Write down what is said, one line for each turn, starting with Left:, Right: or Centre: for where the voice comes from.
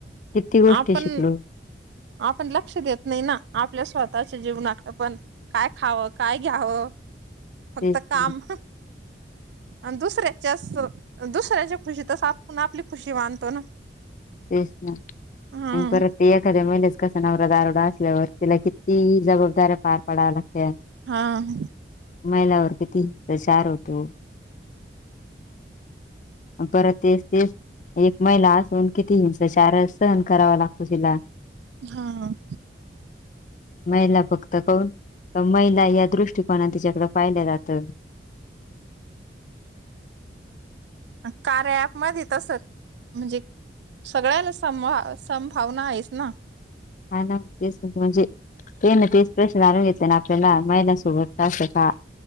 Left: किती गोष्टी
Right: आपण
Left: शिकलो.
Right: आपण लक्ष देत नाही ना आपल्या स्वतःच्या जीवनात पण. काय खावं काय घ्यावं फक्त
Left: तेच
Right: काम.
Left: ना
Right: आणि दुसऱ्याच्या असं दुसऱ्याच्या खुशीतच आपण आपली खुशी मानतो ना.
Left: तेच ना आणि
Right: हा
Left: परत ते एखाद्या महिलेचा कसा नवरा दारुडा असल्यावर तिला किती जबाबदाऱ्या पार पडाव्या लागत्यात
Right: हां.
Left: महिलावर किती प्रचार होतो. परत तेच तेच एक महिला आसुन किती हिंसाचारज सहन करावा लागतो तिला.
Right: हां.
Left: महिला फक्त कोन महिला या दृष्टी कोणानी त्यािच्याकडं पाहिलं जातं.
Right: कार्या ॲपमध्ये तसंच म्हणजे सगळ्याला सम्हा संमभावना आहेच ना.
Left: हाना तेच कि म्हणजे तेना तेच प्र जाणून घेयचं ना आपल्याला महिलांसोबत असं का?